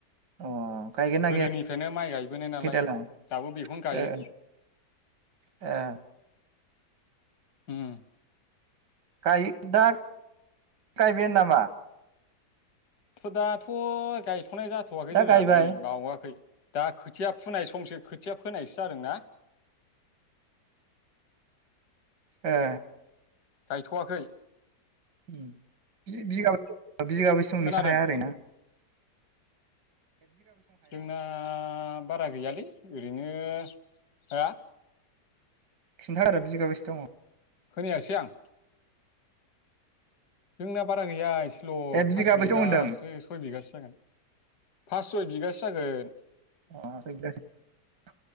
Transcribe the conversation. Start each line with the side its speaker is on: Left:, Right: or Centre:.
Right: अ। गायगोन ना
Left: गोदोनिफ्रायनो माइ गायबोनाय
Right: गायाखै
Left: नालाय
Right: दालाय
Left: दाबो बेखौनो गायो।
Right: ओ ओ
Left: ओम।
Right: गाय दा गायबायानो नामा?
Left: थ' दा थ' गायथ'नाय जाथ'वाखै
Right: दा
Left: जोंना
Right: गायबाय
Left: नै बावाखै। दा खोथिया फोननाय समसो खोथिया फोनायसो जादों ना।
Right: ए
Left: गायथ'वाखै
Right: बि बिगा ब बिगाबै संनि
Left: खोनादों
Right: हाया आरो।
Left: जोंना बारा गैयालै ओरैनो हो
Right: खिथा आऱ बिगाबैसे दङ।
Left: खोनायासै आं जोंना बारा गैया ल
Right: ए बिगाबैसो
Left: फासबिगासो
Right: दं होनदों
Left: सयबिगासो फास सय बिगासो जागोन।
Right: अ सय बिगासो।